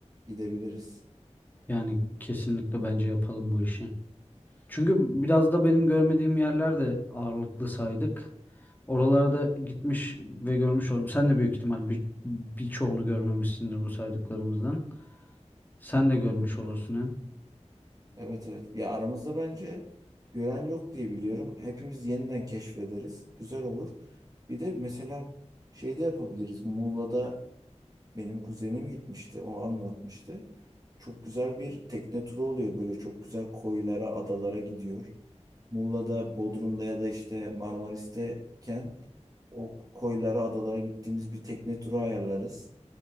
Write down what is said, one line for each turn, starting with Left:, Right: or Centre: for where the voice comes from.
Right: gidebiliriz.
Left: Yani kesinlikle bence yapalım bu işi. Çünkü biraz da benim görmediğim yerler de ağırlıklı saydık. Oralara da gitmiş ve görmüş oldum. Sen de büyük ihtimal bir, birçoğunu görmemişsindir bu saydıklarımızdan. Sen de görmüş olursun hem.
Right: Evet evet. Ya aramızda bence gören yok diye biliyorum. Hepimiz yeniden keşfederiz. Güzel olur. Bir de mesela şey de yapabiliriz. Muğla'da benim kuzenim gitmişti. O anlatmıştı. Çok güzel bir tekne turu oluyor. Böyle çok güzel koylara, adalara gidiyor. Muğla'da, Bodrum'da ya da işte Marmaris'teyken o koylara, adalara gittiğimiz bir tekne turu ayarlarız.